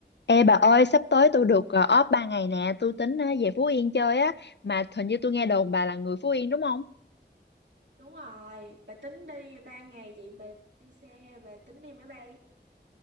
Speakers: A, on the left (about 75°); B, on the right (about 80°).
A: Ê bà ơi, sắp tới tôi được ờ, off 3 ngày nè, tôi tính ờ, về Phú Yên chơi á, mà hình như tôi nghe đồn bà là người Phú Yên đúng không?
B: Đúng rồi, bà tính đi 3 ngày vậy bà đi xe hay bà tính đi máy bay?